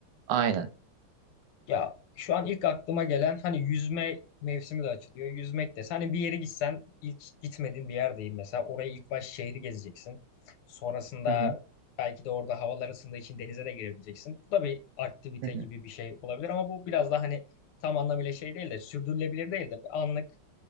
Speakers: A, on the right (about 75°); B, on the left (about 85°).
A: Aynen.
B: Ya şu an ilk aklıma gelen hani yüzme mevsimi de açılıyor. Yüzmek de. Hani bir yere gitsen ilk gitmediğin bir yerdeyim mesela. Orayı ilk baş şehri gezeceksin. Sonrasında
A: Hı hı.
B: belki de orada havalar ısındığı için denize de girebileceksin. Bu da bir aktivite
A: Hı hı.
B: gibi bir şey olabilir ama bu biraz daha hani tam anlamıyla şey değil de sürdürülebilir değil de bir anlık